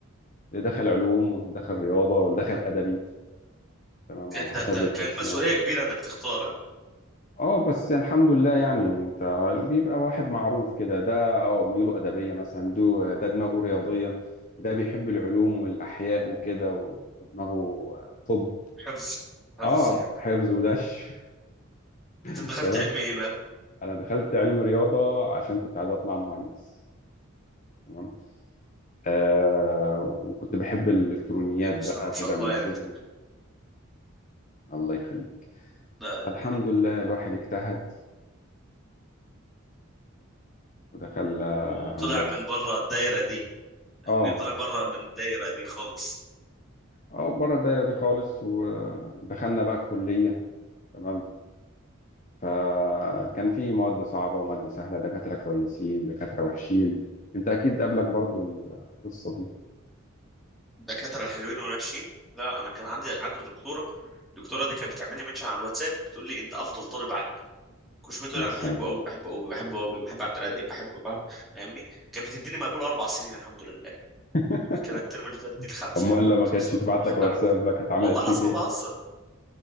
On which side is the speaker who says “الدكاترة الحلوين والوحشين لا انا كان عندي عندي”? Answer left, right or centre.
Centre